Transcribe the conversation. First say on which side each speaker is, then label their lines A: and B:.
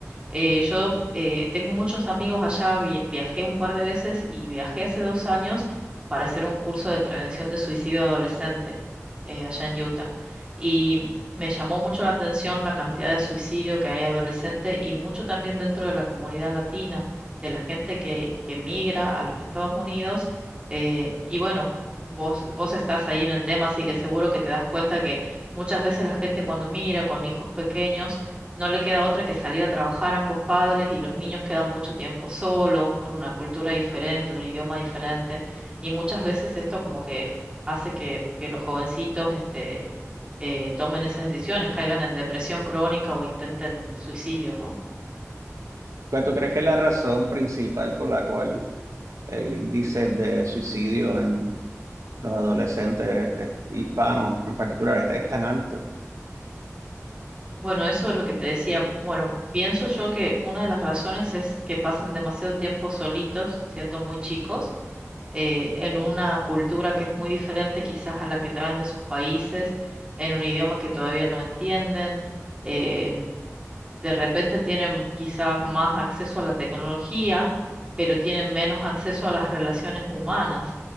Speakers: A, on the right (about 20°); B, on the right (about 80°).
A: Eh, yo eh, tengo muchos amigos allá, vi- viajé un par de veces y viajé hace dos años para hacer un curso de prevención de suicidio adolescente eh, allá en Utah. Y me llamó mucho la atención la cantidad de suicidio que hay adolescente y mucho también dentro de la comunidad latina, de la gente que emigra a los Estados Unidos. eh, y bueno, Vos, vos estás ahí en el tema, así que seguro que te das cuenta que muchas veces la gente cuando mira con hijos pequeños no le queda otra que salir a trabajar ambos padres y los niños quedan mucho tiempo solos, en una cultura diferente, un idioma diferente. Y muchas veces esto como que hace que, que los jovencitos este, eh, tomen esas decisiones, caigan en depresión crónica o intenten suicidio, ¿no?
B: ¿Cuál tú crees que es la razón principal por la cual el índice de suicidio en los adolescentes eh, hispanos en particular es, es tan alto?
A: Bueno, eso es lo que te decía. Bueno, pienso yo que una de las razones es que pasan demasiado tiempo solitos siendo muy chicos eh, en una cultura que es muy diferente quizás a la que traen de sus países, en un idioma que todavía no entienden. eh, de repente tienen quizás más acceso a la tecnología, pero tienen menos acceso a las relaciones humanas.